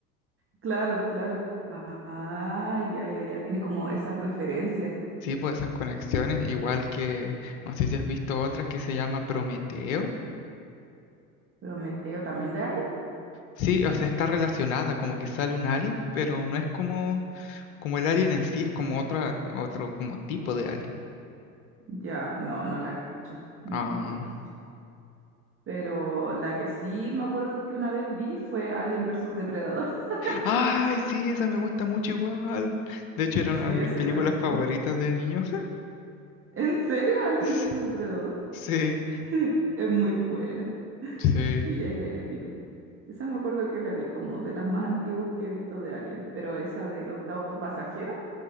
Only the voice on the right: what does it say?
claro, claro. ah, ya, ya, ya. Tiene como esas referencias.
Prometeo también de Alien.
Ya, no, no la cacho. No,
no la cacho. Pero la que sí me acuerdo que una vez vi fue Alien versus Depredador. <laughs>
Sí,
esa
igual es buena.
¿En serio, Alien
versus Depredador?
<laughs> Es muy buena.
Sí, es épica. Esa me acuerdo que la vi como de las más antiguas que he visto de Alien, pero esa del octavo pasajero,